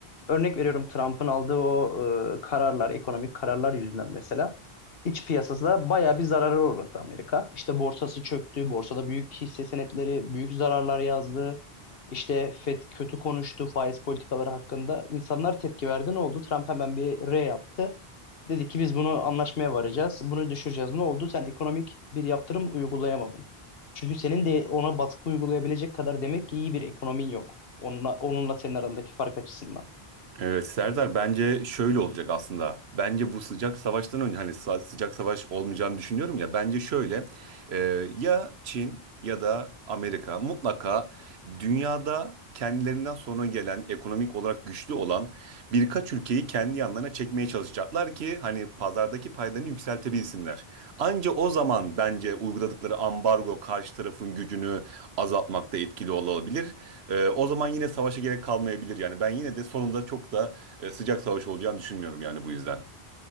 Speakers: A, on the left; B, on the right.
A: örnek veriyorum Trump'ın aldığı o e, kararlar, ekonomik kararlar yüzünden mesela iç piyasasında bayağı bir zarara uğradı Amerika. İşte borsası çöktü, borsada büyük hisse senetleri, büyük zararlar yazdı. İşte Fed kötü konuştu faiz politikaları hakkında. İnsanlar tepki verdi. Ne oldu? Trump hemen bir R yaptı. Dedi ki biz bunu anlaşmaya varacağız. Bunu düşüreceğiz. Ne oldu? Sen ekonomik bir yaptırım uygulayamadın. Çünkü senin de ona baskı uygulayabilecek kadar demek ki iyi bir ekonomin yok. Onunla, onunla senin arandaki fark açısından.
B: Evet Serdar bence şöyle olacak aslında. Bence bu sıcak savaştan önce hani sı- sıcak savaş olmayacağını düşünüyorum ya. Bence şöyle e, ya Çin ya da Amerika mutlaka dünyada kendilerinden sonra gelen ekonomik olarak güçlü olan birkaç ülkeyi kendi yanlarına çekmeye çalışacaklar ki hani pazardaki paylarını yükseltebilsinler. Anca o zaman bence uyguladıkları ambargo karşı tarafın gücünü azaltmakta etkili olabilir. E, o zaman yine savaşa gerek kalmayabilir. Yani ben yine de sonunda çok da e, sıcak savaş olacağını düşünmüyorum yani bu yüzden.